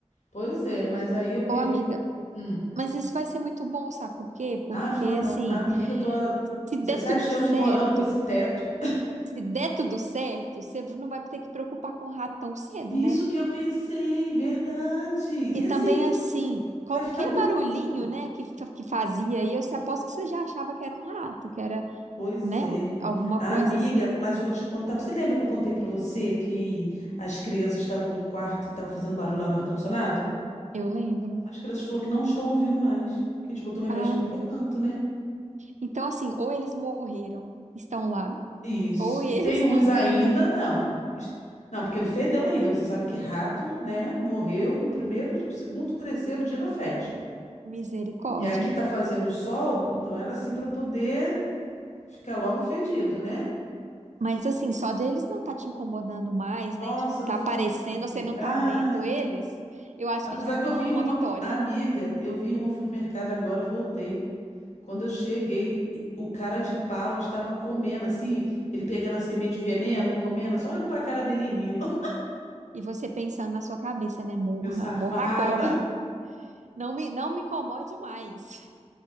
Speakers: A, on the left (about 80°); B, on the right (about 85°).
A: Pois é, mas aí eu peguei.
B: Ô, amiga,
A: Hum.
B: mas isso vai ser muito bom, sabe por quê? Porque,
A: Ah, não fala não.
B: assim,
A: Amiga, eu tô há
B: se
A: 17
B: der tudo
A: anos
B: certo,
A: morando com esse teto.
B: se der tudo certo, você não vai ter que preocupar com o rato tão cedo,
A: Isso
B: né?
A: que eu pensei, verdade. E
B: E também,
A: assim,
B: assim, qualquer
A: vai ficar bonito.
B: barulhinho, né, que, fa- que fazia aí, eu se- aposto que você já achava que era um rato, que era,
A: Pois
B: né,
A: é, menina.
B: alguma
A: Amiga,
B: coisa assim.
A: mas vou te contar. Você lembra que eu contei pra você que as crianças estavam no quarto e estavam fazendo barulho lá no ar-condicionado?
B: Eu lembro.
A: As crianças falaram que não estão ouvindo mais. Que a gente botou remédio
B: Ah,
A: em tudo
B: amiga.
A: que é canto, né?
B: Então, assim, ou eles morreram, estão lá,
A: Isso.
B: ou <laughs> eles
A: E tem uns
B: não.
A: ainda, não. Est- Não, porque não fedeu ainda. Você sabe que rato, né, morreu no primeiro, segundo, terceiro dia já fede.
B: Misericórdia.
A: E aqui tá fazendo sol, então era assim pra poder. Fica logo fedido, né?
B: Mas assim, só deles não tá te incomodando mais,
A: Nossa,
B: né? De não tá
A: não fala
B: aparecendo,
A: não, amiga.
B: você não tá
A: Ai,
B: vendo eles, eu acho
A: Apesar
B: que já é
A: que
B: uma,
A: eu vi
B: uma
A: uma
B: vitória.
A: amiga, eu vi uma, fui no mercado agora, voltei. Quando eu cheguei, o cara de pau estava comendo, assim, ele pegando a semente, o veneno, comendo, só olhando pra cara dele e rindo.
B: E você pensando na sua cabeça, né? Morra,
A: <laughs> meu safado.
B: morra agora. Não me, não me incomode mais.